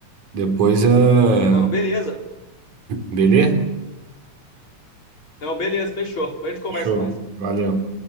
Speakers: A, on the right (about 80°); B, on the left (about 45°).
A: Depois a.
B: Não, beleza.
A: Beleza?
B: Não, beleza, fechou. Depois a gente conversa
A: Show.
B: mais.
A: Valeu.